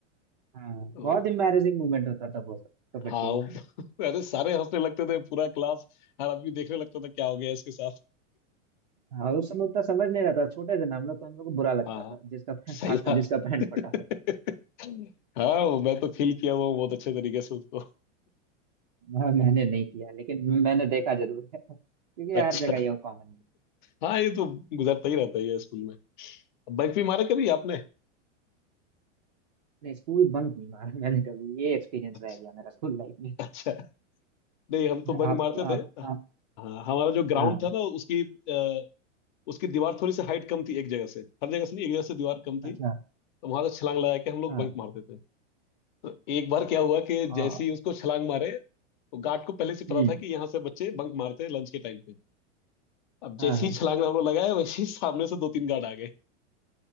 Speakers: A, on the right; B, on the left.
A: हाँ
B: <laughs> तो
A: बहुत एम्बैरेसिंग मोमेंट होता था वो सब कबड्डी
B: हाँ <laughs>
A: में
B: वो- अरे सारे हंसने लगते थे पूरा क्लास हर आदमी देखने लगता था क्या हो गया इसके साथ
A: हाँ उस समय उतना समझ नहीं रहा था छोटे थे ना हम लोग तो हम लोग को बुरा लगता
B: हाँ
A: था जिसका पैंट
B: सही
A: खासकर
B: बात
A: जिसका पैंट
B: <laughs>
A: फटा हो
B: हाँ वो मैं तो फील किया हुआ हूँ बहुत अच्छे तरीके से उसको
A: मैं- मैंने नहीं किया लेकिन मैंने देखा जरूर है <laughs> क्योंकि हर
B: अच्छा
A: जगह ये कॉमन है
B: हाँ ये तो गुजरता ही रहता है ये स्कूल में बंक भी मारा कभी आपने
A: नहीं स्कूल बंक नहीं मारा <laughs> मैंने कभी ये एक्सपीरियंस
B: अच्छा
A: रह गया मेरा स्कूल लाइफ में
B: अच्छा नहीं हम तो
A: <laughs>
B: बंक
A: आप
B: मारते
A: आप
B: थे हाँ
A: आप
B: हमारा जो ग्राउंड
A: हाँ
B: था ना उसकी अ, उसकी दीवार थोड़ी सी हाइट कम थी एक जगह से हर जगह से नहीं एक जगह से दीवार कम थी
A: अच्छा
B: तो वहां से छलांग लगा के हम लोग
A: हाँ
B: बंक मारते थे तो एक बार क्या हुआ कि
A: आ,
B: जैसे ही उसको छलांग मारे तो गार्ड को पहले से पता
A: हम्म
B: था कि यहाँ से बच्चे बंक मारते हैं लंच के टाइम पे अब
A: हाँ
B: जैसे
A: हाँ
B: ही छलांग हम लोग लगाए वैसे ही सामने से दो तीन गार्ड आ गए